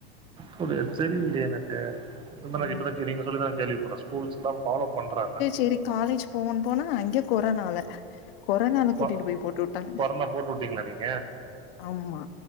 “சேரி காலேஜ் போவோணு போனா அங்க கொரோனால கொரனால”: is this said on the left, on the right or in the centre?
Left